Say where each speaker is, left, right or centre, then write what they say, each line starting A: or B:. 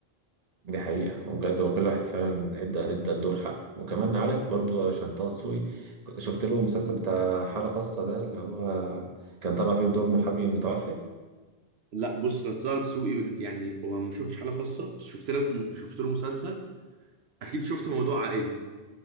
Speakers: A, on the right (about 40°); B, on the right (about 80°).
A: دي حقيقه وبجد هو كل واحد فعلا ادى ادى الدور حقه وكمان عارف برضو عشان طه دسوقي ك- شفت له المسلسل بتاع حاله خاصه ده اللي هو كان طالع فيه بدور محامي متوحد
B: لا بص نتساءل سوقي من- يعني هو ما شفتش حلقه خاصه بس شفت لك شفت له مسلسل اكيد شفت موضوع عائلي